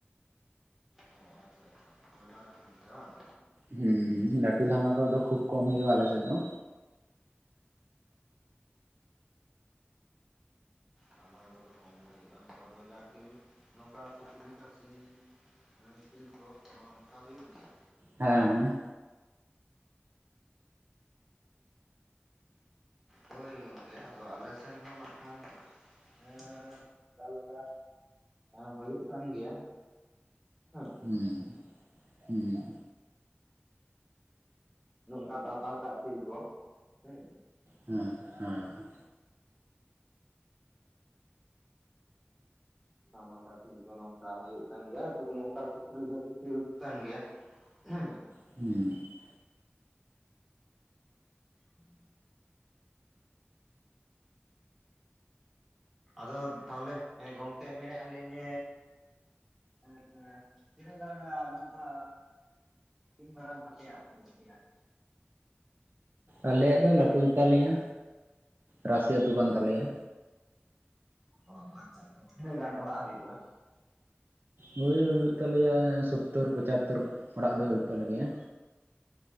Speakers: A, in the centre; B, on the right.
A: ᱚ ᱟᱪᱪᱷᱟ ᱟᱪᱪᱷᱟ ᱵᱚᱭᱞᱟᱨ ᱠᱷᱮᱞ ᱵᱟᱝ?
B: ᱦᱩᱸ ᱞᱟᱹᱴᱩ ᱫᱷᱟᱢᱟᱠᱟ ᱠᱚ ᱫᱚ ᱠᱷᱩᱵ ᱠᱚᱢ ᱦᱩᱭᱩᱜ-ᱟ ᱟᱞᱮ ᱥᱮᱜ ᱫᱚ᱾
A: ᱫᱟᱢ ᱠᱚᱫᱚ ᱠᱚᱢ ᱜᱮ ᱦᱩᱭᱩᱜ-ᱟ ᱱᱚᱝᱠᱟ ᱵᱚᱭᱞᱟᱨ ᱠᱤᱞ ᱱᱚᱝᱠᱟ ᱥᱩᱠᱨᱤ ᱠᱷᱥᱤ ᱦᱮᱸ ᱥᱤᱞ ᱠᱚ ᱱᱚᱝᱠᱟ ᱦᱩᱭᱩᱜ ᱜᱮᱭᱟ᱾
B: ᱦᱮᱸᱦᱮᱸ
A: ᱦᱳᱭ ᱜᱚᱢᱠᱮ ᱟᱫᱚ ᱟᱞᱮ ᱥᱮᱱ ᱦᱚᱸ ᱱᱟᱜ ᱠᱷᱟᱱ ᱦᱮᱸ ᱚᱠᱟ ᱞᱮᱠᱟ ᱦᱮᱸ ᱦᱩᱭᱩᱜ ᱠᱟᱱ ᱜᱮᱭᱟ᱾ ᱦᱮᱸ
B: ᱦᱮᱸ ᱦᱩᱸ
A: ᱱᱚᱝᱠᱟ ᱵᱟᱵᱟᱛᱟ ᱠᱷᱤᱞ ᱠᱚ, ᱦᱮᱸ᱾
B: ᱦᱩᱸ ᱦᱮᱸ
A: ᱫᱷᱟᱢᱟᱠᱟ ᱠᱷᱮᱞ ᱠᱚ ᱱᱚᱝᱠᱟ ᱦᱩᱭᱩᱜ ᱠᱟᱱ ᱜᱮᱭᱟ <unintelligible> ᱱᱚᱝᱠᱟ ᱥᱩᱠᱨᱤ ᱠᱷᱟᱹ <unintelligible> ᱠᱚ ᱦᱩᱭᱩᱜ ᱠᱟᱱ ᱜᱮᱭᱟ᱾ ᱦᱩᱸ
B: <unintelligible>
A: <unintelligible> ᱟᱫᱚ ᱛᱟᱦᱚᱞᱮᱸ ᱜᱚᱝᱠᱮ ᱢᱮᱱᱮᱫ-ᱟ ᱞᱤᱧ ᱦᱮᱜ ᱛᱤᱱᱟᱜ ᱜᱟᱱ ᱱᱚᱝᱠᱟ? ᱤᱱ ᱢᱟᱨᱟᱝ ᱛᱯᱮᱭᱟᱜ ᱟᱹᱛᱩ ᱟᱯᱮᱭᱟᱜ?
B: ᱟᱞᱮᱭᱟᱜ ᱫᱚ ᱞᱟᱹᱴᱩ ᱜᱮᱛᱟᱞ ᱞᱮᱭᱟ ᱨᱟᱥᱤ ᱟᱛᱩ ᱠᱟᱱ ᱛᱟᱞᱮᱭᱟ᱾
A: ᱚ ᱟᱪᱪᱷᱟ ᱟᱪᱪᱷᱟ ᱛᱤᱱᱟᱹᱜ ᱜᱟᱱ ᱚᱲᱟᱜ ᱦᱩᱭᱩᱜ-ᱟ?
B: ᱵᱳᱭ ᱦᱩᱭᱩᱜ ᱛᱟᱞᱮᱭᱟ ᱥᱳᱛᱛᱳᱨ ᱯᱚᱪᱟᱛᱳᱚᱨ ᱚᱲᱟᱜ ᱫᱚ ᱦᱩᱭᱩᱜ ᱛᱟᱞᱮ ᱜᱮᱭᱟ᱾